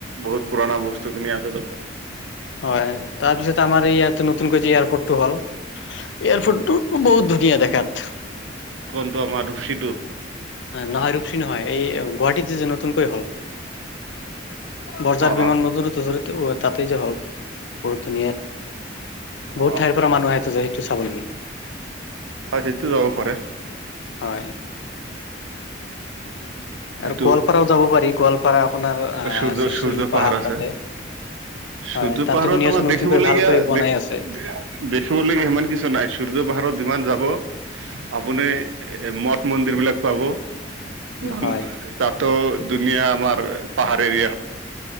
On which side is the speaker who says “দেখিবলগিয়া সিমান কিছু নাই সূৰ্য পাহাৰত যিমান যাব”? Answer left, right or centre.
Right